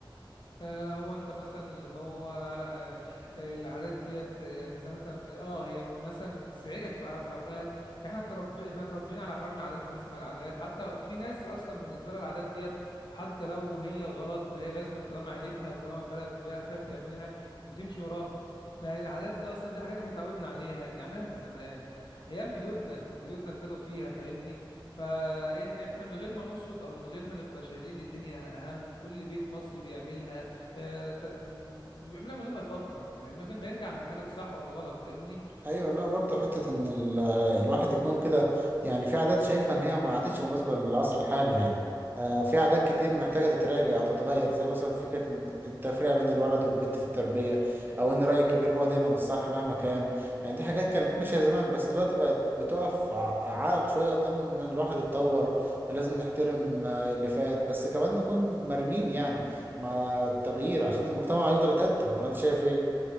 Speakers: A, on the left; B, on the right.
A: آه، هو انت مثلا اللي هو آه، آه، العادات ديت آه، يعني زي ما انت اه هي مثلا بتزعجك في في اوقات احنا ترب احنا اتربينا على حوار العادات ونسمع العادات حتى في ناس اصلا بالنسبه لها العادات ديت حتى لو هي غلط فهي لازم طالما عيلتها وطالما البلد بيها- فيها بتعملها بتمشي وراها فالعادات دي اصلا دي حاجات احنا اتعودنا عليها نعملها من زمان ايام جدودنا جدودنا ابتدوا فيها فاهمني فاحنا من غير ما نقصد او من غير ما نبقى شايلين الدنيا اهم كل بيت مصري بيعملها آه، ت- م- بيعملها من غير ما يفكر يعني من غير ما يرجع عن الحاجه دي صح ولا غلط فاهمني
B: ايوه لا برضه حته ان ال- آه، الواحد يكون كده يعني في عادات شايفها ان هي ما عادتش مناسبه للعصر الحالي يعني آه في عادات كتير محتاجه تتراجع او تتغير زي مثلا فكره إن التفرقه بين الولد والبنت في التربيه او ان راي الكبير هو دايما الصح مهما كان يعني دي حاجات كانت ماشيه زمان بس دلوقتي بقت بتقف ع- عائق شويه قدام ان الواحد يتطور لازم نحترم آه، اللي فات بس كمان نكون مرنين يعني مع التغيير عشان المجتمع يفضل يتقدم ولا انت شايف ايه؟